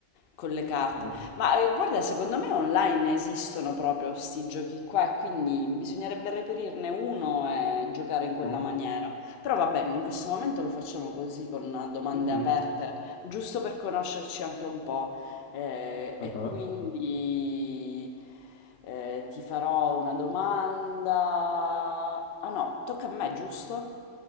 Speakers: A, on the left; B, on the left.
A: con le carte.
B: Mhm,
A: Ma eh, guarda, secondo me online esistono proprio questi giochi qua, e quindi bisognerebbe reperirne uno e giocare in quella
B: mhm,
A: maniera. Però va bene, in questo momento lo facciamo così, con domande
B: mhm.
A: aperte, giusto per conoscerci anche un po'. eh,
B: Ah,
A: e quindi eh, ti farò una domanda. Ah no, tocca a me, giusto?